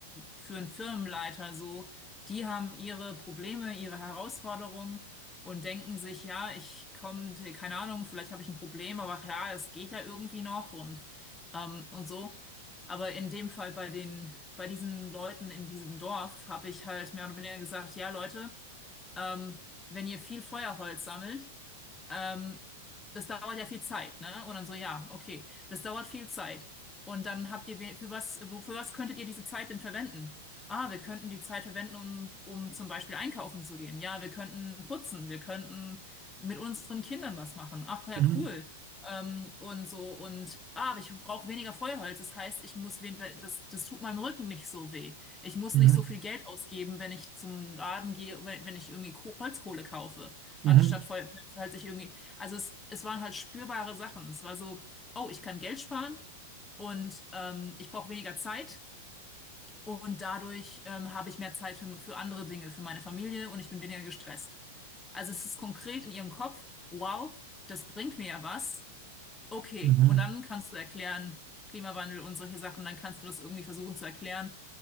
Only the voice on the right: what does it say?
Mhm.
Mhm.
Mhm.
Mhm.